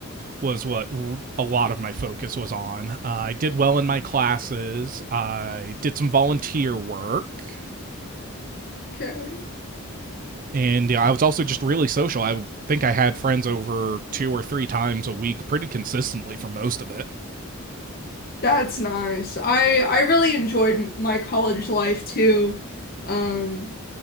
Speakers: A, on the right; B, on the left.
A: was what a lot of my focus was on. Uh, I did well in my classes. I did some volunteer work.
B: Okay.
A: and yeah, I was also just really social. I think I had friends over two or three times a week pretty consistently for most of it.
B: That's nice. I I really enjoyed m- my college life too. Um,